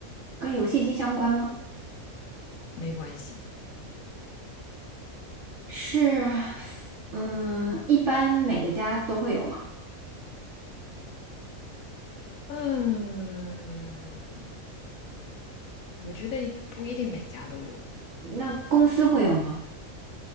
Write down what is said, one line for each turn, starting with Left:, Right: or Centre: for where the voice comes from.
Right: 跟游戏机相关吗？
Left: 没关系。
Right: 是，嗯，一般每个家都会有吗？
Left: 嗯，我觉得不一定每家都有，
Right: 那公司会有吗？